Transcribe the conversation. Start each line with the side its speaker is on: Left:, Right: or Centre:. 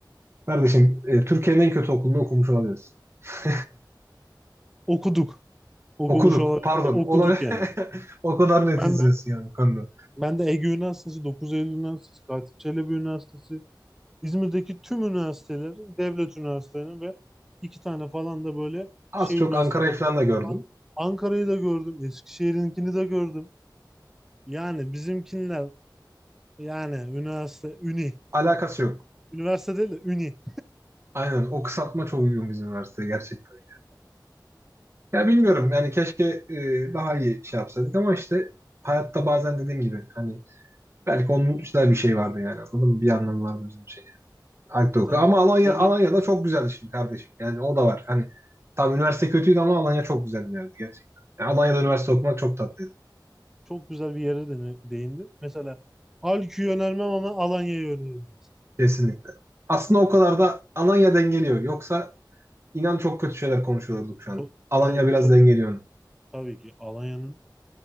Right: Kardeşim e, Türkiye'nin en kötü okulunu okumuş olabiliriz. <laughs>
Centre: okuduk. Okumuş
Right: Okuduk
Centre: olabiliriz
Right: pardon
Centre: de okuduk
Right: Ola- <laughs>
Centre: yani.
Right: o kadar net
Centre: Ben
Right: izliyorsun
Centre: de
Right: yani bu konuda.
Centre: ben de Ege Üniversitesi, 9 Eylül Üniversitesi, Katip Çelebi Üniversitesi, İzmir'deki tüm üniversitelerin, devlet üniversitelerinin ve iki tane falan da böyle
Right: Az
Centre: şey
Right: çok
Centre: üniversitenin
Right: Ankara'yı falan da gördüm.
Centre: An- Ankara'yı da gördüm. Eskişehir'inkini de gördüm. Yani bizimkiler yani üniversite, üni.
Right: Alakası yok.
Centre: Üniversite değil de üni.
Right: Aynen o kısaltma çok uygun bizim üniversiteye gerçekten. Ya bilmiyorum
Centre: Hı.
Right: yani keşke e, daha iyi şey yapsaydık ama işte hayatta bazen dediğim gibi hani belki onun üstüne bir şey vardı yani anladın mı? Bir anlamı vardı bizim için. Alp Doku.
Centre: Ya tabii
Right: Ama Alanya,
Centre: deney
Right: Alanya da çok güzeldi şimdi kardeşim. Yani o da var. Hani tam üniversite kötüydü ama Alanya çok güzeldi bir gerçekten. Yani Alanya'da üniversite okumak çok tatlıydı.
Centre: çok güzel bir yere dene- değindi. Mesela Halki'yi önermem ama Alanya'yı öneririm mesela.
Right: Kesinlikle. Aslında o kadar da Alanya dengeliyor. Yoksa inan çok kötü şeyler konuşuyorduk şu an.
Centre: Çok
Right: Alanya
Centre: çok
Right: biraz
Centre: çok
Right: dengeliyor.
Centre: tabii ki Alanya'nın